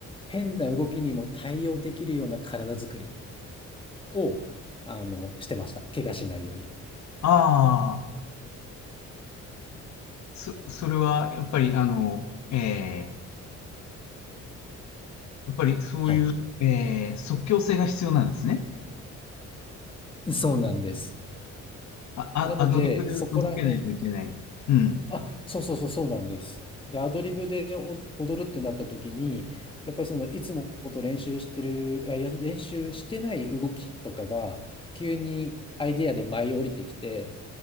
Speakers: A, on the left; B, on the left.
A: 変な動きにも対応できるような体作りを、あの、してました。怪我しないように。
B: ああ、そ、それはやっぱりあの、えー、やっぱりそういう、
A: はい
B: えー、即興性が必要なんですね。
A: <laughs> そうなんです。
B: あ、あ、
A: なので、
B: アドリブで動けないといけない。
A: そこら辺、
B: うん。
A: あ、そうそうそう、そうなんです。で、アドリブでお踊るってなった時に、やっぱりその、いつもと練習してる、あいや、練習してない動きとかが、急にアイディアで舞い降りてきて、